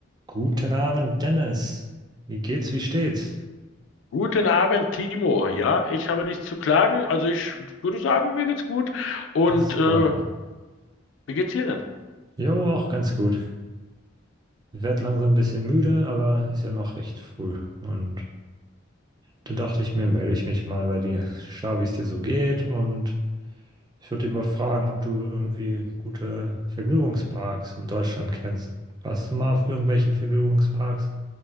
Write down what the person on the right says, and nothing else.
Guten Abend, Dennis. Wie geht's, wie steht's?
Das
freut mich.
Jo, auch ganz gut. Ich werde langsam ein bisschen müde, aber ist ja noch recht früh. Und da dachte ich mir, melde ich mich mal bei dir, schau, wie es dir so geht. Und ich würde dich mal fragen, ob du irgendwie gute Vergnügungsparks in Deutschland kennst. Warst du mal auf irgendwelchen Vergnügungsparks?